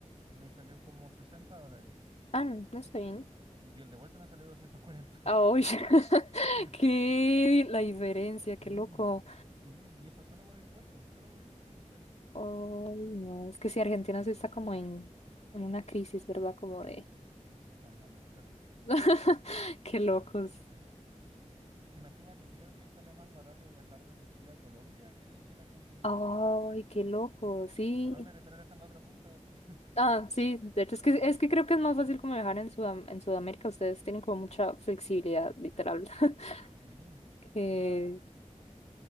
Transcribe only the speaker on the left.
Ah, no, no está bien.
Ah, uy. <laughs>
Qué la diferencia, qué
loco.
Ay, no. Es que si Argentina sí está como en, en una crisis, ¿verdad? Como
de.
<laughs> Qué locos.
Ay,
qué loco. Sí.
Ah, sí. De hecho, es que, es que creo que es más fácil como viajar en Sudam- en Sudamérica. Ustedes tienen como mucha flexibilidad, literal. <laughs>
Que.